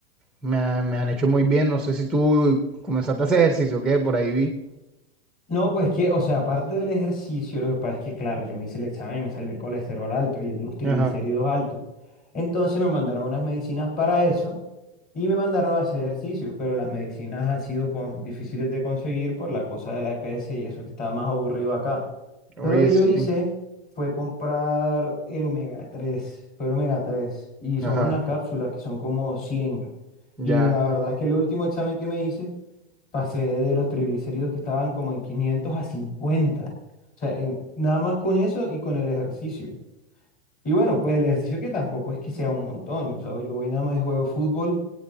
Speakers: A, in the centre; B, on the left.
A: me, ha- me han hecho muy bien. No sé si tú comenzaste a hacer ejercicio o qué, por ahí vi.
B: No, pues que, o sea, aparte del ejercicio, lo que pasa es que, claro, yo me hice el examen y me salió el colesterol alto y el- los triglicéridos
A: Ajá.
B: altos. Entonces me mandaron unas medicinas para eso y me mandaron a hacer ejercicio, pero las medicinas han sido con- difíciles de conseguir por la cosa de la EPS y eso que está más aburrido acá.
A: Oye,
B: Pero lo que
A: sí.
B: yo hice fue comprar el omega 3, fue el omega 3, y son
A: Ajá.
B: unas cápsulas que son como 100.
A: Ya.
B: Y la verdad es que el último examen que me hice pasé de los triglicéridos que estaban como en 500 a 50. O sea, en- nada más con eso y con el ejercicio. Y bueno, pues el ejercicio que tampoco es que sea un montón. O sea, yo voy nada más y juego fútbol